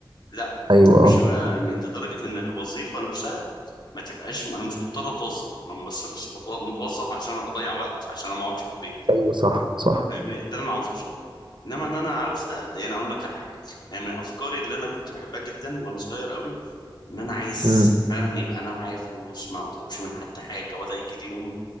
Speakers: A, on the left; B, on the right.
A: لا
B: ايوه
A: مش
B: اه
A: ما- من لدرجة ان الوظيفة نفسها ما تبقاش انا مش مضطر اتوظف انا بس بس بتو- متوظف عشان انا بضيع وقت عشان انا ما اقعدش في البيت
B: ايوه صح صح
A: فاهمني ده اللي انا عاوز اوصله انما ان انا عاوز ده يعني اقول لك على حاجه يعني من افكاري اللي انا كنت بحبها جدا وانا صغير قوي ان انا عايز
B: امم
A: فعلا يبقى انا معايا فلوس ما اطلبش من حد حاجه ولا يجي لي يوم